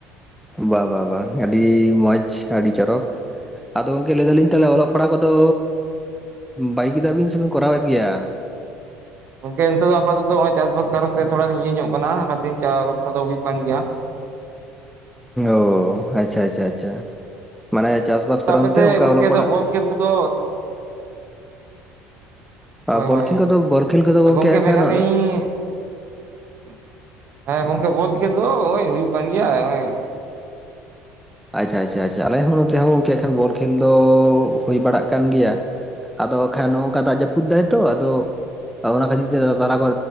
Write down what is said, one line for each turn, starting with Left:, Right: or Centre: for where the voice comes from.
Centre: ᱵᱟ ᱵᱟᱝ ᱵᱟᱝ ᱟᱹᱰᱤ ᱢᱚᱸᱡᱽ ᱟᱹᱰᱤ ᱪᱚᱨᱚᱠ ᱟᱫᱚ ᱜᱚᱝᱠᱮ ᱞᱟᱹᱭ ᱮ ᱫᱟᱞᱤᱧ ᱛᱟᱦᱞᱮ ᱚᱞᱚᱜ <unintelligible> <unintelligible> ᱯᱟᱲᱦᱟᱣ ᱠᱚᱫᱚ ᱵᱟᱹᱜᱤ ᱠᱮᱫᱟ ᱵᱤᱱ ᱥᱮ ᱵᱤᱱ ᱠᱚᱨᱟᱣᱮᱫ ᱜᱮᱭᱟ
Right: ᱜᱚᱝᱠᱮ ᱱᱤᱛᱚᱜ ᱫᱚ ᱟᱯᱟ <unintelligible> ᱱᱚᱜ ᱪᱟᱥ ᱵᱟᱥ ᱠᱟᱨᱚᱱ ᱛᱮ ᱛᱷᱚᱲᱟ ᱞᱤᱧ ᱤᱭᱟᱹ ᱧᱚᱜ ᱟᱠᱟᱱᱟ ᱵᱟᱝ ᱠᱷᱟᱱ ᱫᱤᱱ <unintelligible> ᱨᱚᱯᱚᱲ ᱫᱚ ᱦᱩᱭᱩᱜ ᱠᱟᱱ ᱜᱮᱭᱟ
Centre: ᱚᱻ ᱟᱪᱪᱷᱟ ᱟᱪᱪᱷᱟ ᱟᱪᱪᱷᱟ ᱢᱟᱱᱮ ᱪᱟᱥ ᱵᱟᱥ ᱠᱟᱨᱚᱱ
Right: ᱟᱯᱮᱥᱮᱫ
Centre: ᱛᱮ ᱚᱱᱠᱟ
Right: ᱜᱚᱝᱠᱮ
Centre: ᱚᱞᱚᱜ ᱯᱟᱲᱦᱟᱜ
Right: ᱫᱚ ᱵᱚᱞ ᱠᱷᱮᱞ ᱠᱚᱫᱚ
Centre: ᱵᱚᱞ
Right: ᱦᱳᱭ ᱦᱳᱭ
Centre: ᱠᱷᱮᱞ ᱠᱚᱫᱚ ᱵᱚᱞ ᱠᱷᱮᱞ ᱠᱚᱫᱚ
Right: ᱜᱚᱝᱠᱮ
Centre: ᱮᱠᱷᱟᱱ
Right: ᱢᱮᱱᱮᱫᱻᱟ
Centre: ᱟᱫᱚ
Right: ᱞᱤᱧ <unintelligible> ᱦᱮᱸ ᱜᱚᱝᱠᱮ ᱵᱚᱞ ᱠᱷᱮᱞ ᱫᱚ ᱳᱭ ᱦᱩᱭᱩᱜ ᱠᱟᱱ ᱜᱮᱭᱟ ᱱᱚᱜ ᱳᱭ
Centre: ᱟᱪᱪᱷᱟ ᱟᱪᱪᱷᱟ ᱟᱪ ᱟᱞᱮ ᱦᱚᱸᱚᱸ ᱱᱚᱛᱮ ᱦᱚᱸ ᱮᱱᱠᱦᱟᱱ ᱜᱚᱝᱠᱮ ᱵᱚᱞ ᱠᱷᱮᱞ ᱫᱚ ᱦᱩᱭ ᱵᱟᱲᱟᱜ ᱠᱟᱱ ᱜᱮᱭᱟ ᱟᱫᱚ ᱠᱷᱟᱱ ᱱᱚᱝᱠᱟ ᱫᱟᱜ ᱡᱟᱹᱯᱩᱫ ᱫᱟᱭ ᱛᱚ ᱟᱫᱚ ᱚᱱᱟ ᱠᱷᱟᱹᱡ ᱛᱮ ᱛᱟᱨᱟ ᱠᱚ